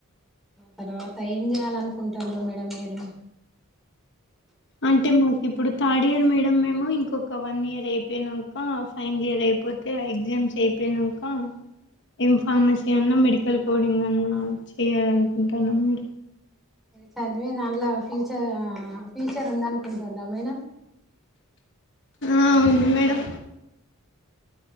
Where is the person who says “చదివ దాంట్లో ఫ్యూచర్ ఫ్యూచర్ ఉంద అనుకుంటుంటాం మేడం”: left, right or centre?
Centre